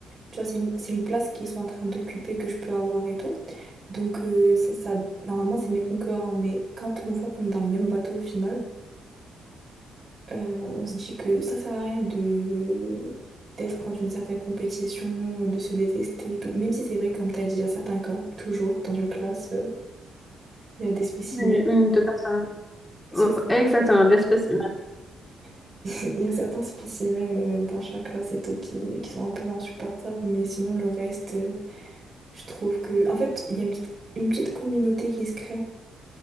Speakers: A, on the right; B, on the left.
A: tu vois, c'est une, c'est une place qu'ils sont en train d'occuper, que je peux avoir et tout. Donc euh, c'est ça, normalement, c'est mes concurrents, mais quand on voit qu'on est dans le même bateau au final, euh, on se dit que ça sert à rien de d'être dans une certaine compétition, de se détester, et tout. Même si c'est vrai, comme tu as dit, il y a certains cas, toujours dans une classe, euh, il y a des spécimens,
B: Une, une, deux personnes.
A: c'est
B: Ouais,
A: ça.
B: Exactement, d'espèces
A: <laughs> Il y a certains spécimens euh, dans chaque classe et tout qui, qui sont un peu insupportables, mais sinon le reste, euh, je trouve que... En fait, il y a une petite, une petite communauté qui se crée.